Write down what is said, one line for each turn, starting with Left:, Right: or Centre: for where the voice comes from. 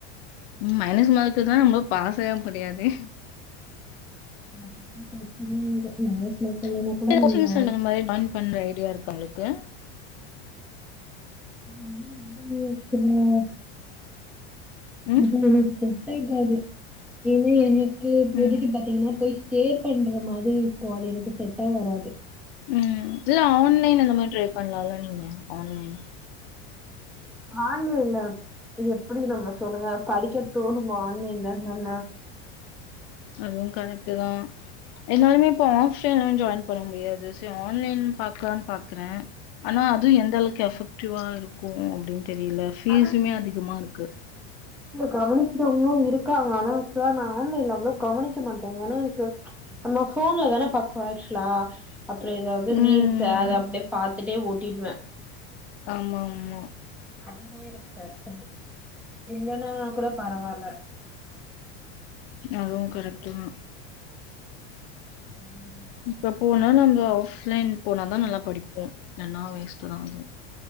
Left: மைனஸ் மார்க்க தா நம்ள பாசய முடியாதே
Centre: ஆ ப்ரச்சனயே இல்ல மைனஸ்
Left: <unintelligible>
Centre: மார்க் இல்லனா கூட
Left: ஜாய்ன்
Centre: நம்ம
Left: பண்ற ஐடியா இருக்கா உங்களுக்கு
Centre: ம் ம் இருக்குங்க
Left: ம்,
Centre: அது எழுதிட்ட <unintelligible> என்ன இ இப்போதக்கு
Left: ம்.
Centre: பாத்தீங்கன்னா போய் பே பண்ற மாதி இருக்கு அது எனக்கு செட்டா வராது
Left: ம் இல்ல ஆன்லைன் அந்த மாரி ட்ரை பண்லால்ல நீங்க ஆன்லைன்
Centre: ஆன்லைன்ல எப்டி நம்ம சொல்லுங்க படிக்க தோணுமா ஆன்லைன்ல என்னன்ன
Left: அதுவு கரெக்ட்டு தா எல்லாருமே இப்ப ஆஃப்லைன்ல ஜாய்ன் பண்ண முடியாது சியோ ஆன்லைன் பாக்லான் பாக்ற ஆனா அது எந்த அளவுக்கு எபெக்டிவா இருக்கு அப்டின் தெரியல ஃபீஸுமே
Centre: ஆனா
Left: அதிகமா இருக்கு.
Centre: கவனிக்கிறவங்களும் இருக்காங்க ஆனா ஆக்சுவலா நான் ஆன்லைன்ல அவ்ளவு கவனிக்க மாட்டேன் ஏன்னா எனக்கு நம்ம போன்ல தானே பாக்கோம் ஆக்சுவலா. அப்புறம் இத வந்து ரீல்ஸ்
Left: ம்.
Centre: அதை அப்படியே பார்த்துட்டே. டின்வ
Left: ஆமாம்மா
Centre: அதுதா எனக்கு பிரச்சனே இல்லன்னா கூட பரவால்ல
Left: அதுவு கரெக்ட்டு தா
Centre: உ <inaudible> ம்
Left: இப்ப போனா நாங்க ஆஃப்லைன் போனாதா நல்லா படிப்போ இல்லைன்னா வேஸ்ட் தா ஆகோ